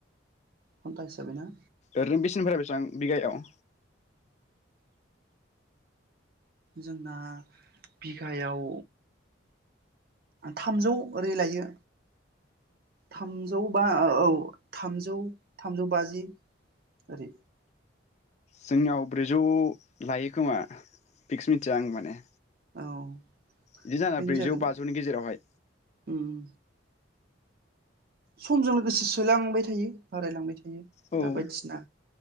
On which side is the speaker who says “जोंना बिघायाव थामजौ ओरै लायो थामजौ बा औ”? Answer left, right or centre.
Right